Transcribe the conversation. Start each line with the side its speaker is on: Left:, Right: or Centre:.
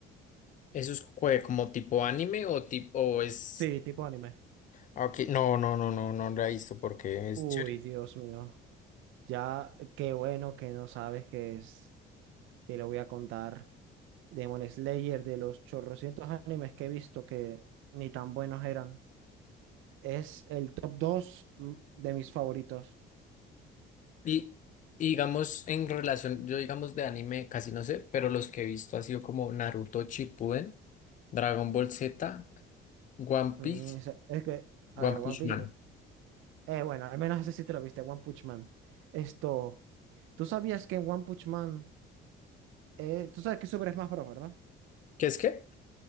Left: ¿Eso es cue- como tipo anime o tipo o es...
Right: Sí, tipo anime.
Left: ah, Ok, no, no, no, no, no la he visto porque es
Right: Uy,
Left: chévere.
Right: Dios mío. Ya, qué bueno que no sabes qué es. Te lo voy a contar. Demon Slayer, de los chorrocientos animes que he visto que ni tan buenos eran, es el top 2 mm, de mis favoritos.
Left: Y, y digamos, en relación, yo digamos de anime casi no sé, pero los que he visto ha sido como Naruto Shippuden, Dragon Ball Z, One
Right: Mm,
Left: Piece,
Right: es, es que, a
Left: One
Right: ver, One
Left: Punch
Right: Piece.
Left: Man.
Right: Eh, eh, bueno, al menos ese sí te lo viste, One Punch Man. Esto, ¿tú sabías que en One Punch Man. Eh, tú sabes qué es Super Smash Bros., ¿verdad?
Left: ¿Qué es qué?